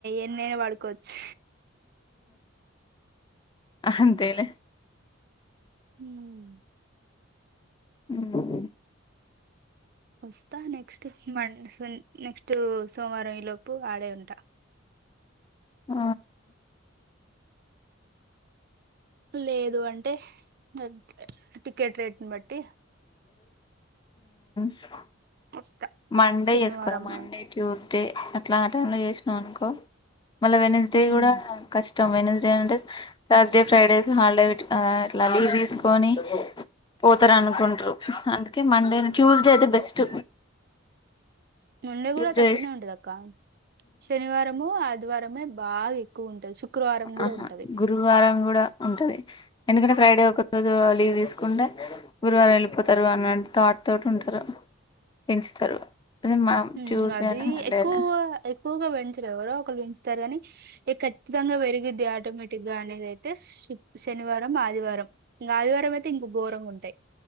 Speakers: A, on the right; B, on the left.
A: ఎన్నైనా వాడుకోవచ్చ్
B: అంతేలే
A: మ్మ్
B: మ్మ్
A: వస్తా నెక్స్ట్ మ స నెక్స్ట్ సోమవారం ఈ లోపు ఆడే ఉంటా
B: ఆ
A: లేదు అంటే ఎ డ్ల చేయ్ టికెట్ రేట్ని బట్టి
B: చెమా
A: వస్తా
B: మండే
A: శనివారం
B: చేసుకోవాలా మండే ట్యూస్డే అట్లా ఆ టైంలో చేసినావు అనుకో మళ్ళ వెన్సడే
A: ఉమ్.
B: కూడా కష్ ఇష్టం వెన్సడే అంటే ధర్స్ డే ఫ్రైడే హాలిడేట్లా ఇట్లా లీవ్ తీసుకొని పోతార అనుకుంట్రు అందుకే మండే ట్యూస్డే అయితే బెస్ట్
A: మండే
B: ట్యూస్డే
A: కూడా తక్కువనే ఉంటది అక్క శనివారము ఆదివారమే బాగా ఎక్కువ ఉంటది శుక్రవారం కూడా
B: ఆహా
A: ఉంటది
B: గురువారం కూడా ఉంటది ఎందుకంటే ఫ్రైడే ఒకరోజు లీవ్ తీసుకుంటే గురువారం వెళ్ళిపోతారు. అన్న థాట్ తోటి ఉంటారు పెంచుతారు. అదే మా
A: మ్మ్
B: ట్యూస్డేనా
A: అది
B: మండేనా
A: ఎక్కువ ఎక్కువగా వెం ఎవరో ఒక ళు వెంచుతారు కాని ఇ ఖచ్చితంగా పెరిగిద్ ఆటోమేటిక్ గా అనేది అయితే శనివారం ఆదివారం ఇంకా ఆదివారం అయితే ఇంకా ఘోరంగుంటాయియ్.